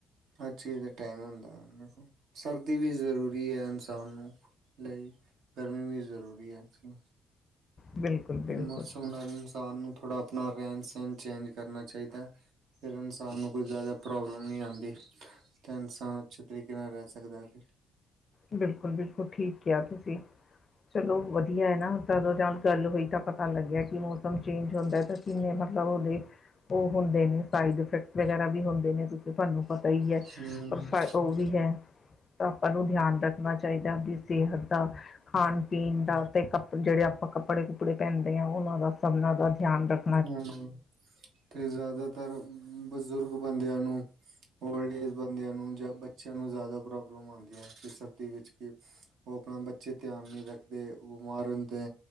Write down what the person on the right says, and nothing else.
ਹਰ ਚੀਜ਼ ਦਾ ਟਾਈਮ ਹੁੰਦਾ, ਸਰਦੀ ਵੀ ਜ਼ਰੂਰੀ ਏ ਇਨਸਾਨ ਨੂੰ। ਲਈ ਗਰਮੀ ਵੀ ਜ਼ਰੂਰੀ ਐ <unintelligible>
ਮੌਸਮ ਨਾਲ ਇਨਸਾਨ ਨੂੰ ਥੋੜ੍ਹਾ ਆਪਣਾ ਰਹਿਣ-ਸਹਿਣ ਚੇਂਜ ਕਰਨਾ ਚਾਈਦਾ। ਫਿਰ ਇਨਸਾਨ ਨੂੰ ਕੋਈ ਜ਼ਿਆਦਾ ਪ੍ਰੋਬਲਮ ਨਈਂ ਆਂਦੀ ਤਾਂ ਇਨਸਾਨ ਅੱਛੇ ਤਰੀਕੇ ਨਾਲ ਰਹਿ ਸਕਦਾ ਫਿਰ।
ਹਮ
<unintelligible> ਤੇ ਜ਼ਿਆਦਾਤਰ ਬਜ਼ੁਰਗ ਬੰਦਿਆਂ ਨੂੰ ਓਲਡ ਏਜ ਬੰਦਿਆਂ ਨੂੰ ਜਾਂ ਬੱਚਿਆਂ ਨੂੰ ਜ਼ਿਆਦਾ ਪ੍ਰੋਬਲਮ ਆਂਦੀਆਂ ਸਰਦੀ ਵਿੱਚ ਕਿ ਉਹ ਆਪਣਾ ਬੱਚੇ ਧਿਆਨ ਨੀਂ ਰੱਖਦੇ, ਬਿਮਾਰ ਹੁੰਦੇ